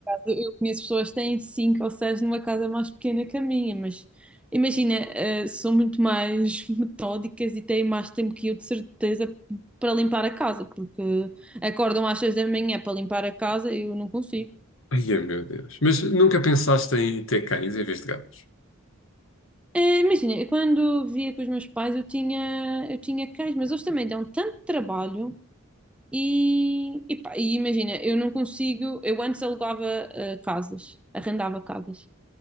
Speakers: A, in the centre; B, on the left.
A: Eu eu conheço pessoas que têm cinco ou seis numa casa mais pequena que a minha, mas imagina, eh, são muito mais <laughs> metódicas e têm mais tempo que eu, de certeza, para limpar a casa, porque acordam às seis da manhã para limpar a casa, eu não consigo.
B: Ai, meu Deus. Mas nunca pensaste em ter cães em vez de gatos?
A: Eh, imagina, eu quando via com os meus pais, eu tinha, eu tinha cães, mas eles também dão tanto trabalho e, e pá, e imagina, eu não consigo, eu antes alugava, eh, casas, arrendava casas.